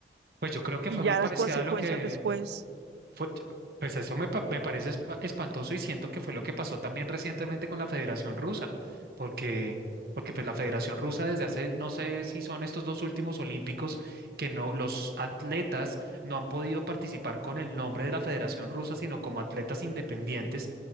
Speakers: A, on the right; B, on the right.
A: Pues yo creo que
B: y
A: fue
B: ya
A: muy parecida
B: las consecuencias
A: a lo que,
B: después,
A: Fue, pues eso me, pa- me parece espa- espantoso y siento que fue lo que pasó también recientemente con la Federación Rusa, porque, porque pues la Federación Rusa desde hace, no sé si son estos dos últimos olímpicos, que no, los atletas no han podido participar con el nombre de la Federación Rusa, sino como atletas independientes,